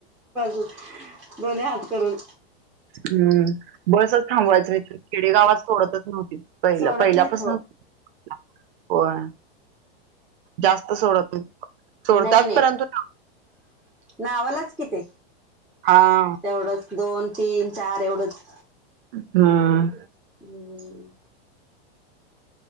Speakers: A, in the centre; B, on the right.
A: <unintelligible> दोनी हात करून.
B: हम्म बसच थांबवायचं नाही तर खेडेगावात सोडतच नव्हती. पहिला
A: सोडत
B: पहिल्यापासन
A: नाहीत हो
B: <inaudible> होय. जास्त सोडत सोडतात
A: नाही नाही
B: परंतु
A: <inaudible> नावालाच कि ते.
B: हा.
A: तेवढंच दोन, तीन, चार एवढंच.
B: हम्म.
A: <inaudible> हम्.